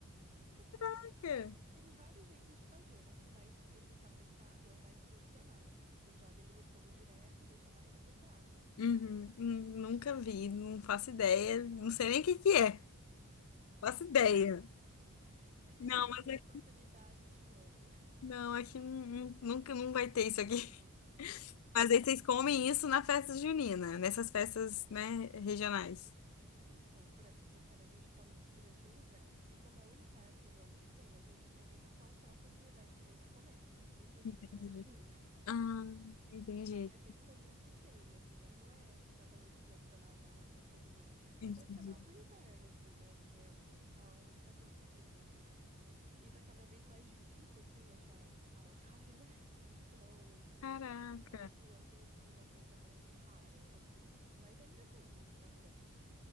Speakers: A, on the right; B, on the left.
A: Quer dizer,
B: Por quê?
A: tem vários jeitos de fazer, né? Mas esse sapecado é o mais tradicional, assim, que você joga ele no fogo direto, deixa lá e depois você abre.
B: Uhum. Hum, Nunca vi, não faço ideia. Não sei nem o que que é. Não faço ideia.
A: Se tiver
B: Não,
A: alguma
B: mas é-
A: oportunidade, eu te mando.
B: não, aqui não- não- nunca não vai ter isso aqui. <laughs> Mas aí vocês comem isso na festa junina, nessas festas, né, regionais.
A: Então, pra ser sincera, a gente come isso durante o inverno. E como é a única época do ano que tem, a gente aproveita qualquer oportunidade que tem pra comer, inclusive
B: Entendi.
A: a festa <laughs> junina.
B: Ah, entendi.
A: Aí é bem comum que tenha, assim, mas não é exatamente tradicional da festa junina.
B: Entendi.
A: É tradicional do inverno, assim, né? Porque é a hora que tá produzindo, assim. E tá cada vez mais difícil, assim, achar araucária, <laughs> né? Então,
B: Caraca.
A: então o pinhão tem sido uma coisa mais rara, assim. Mas ainda tem bastante.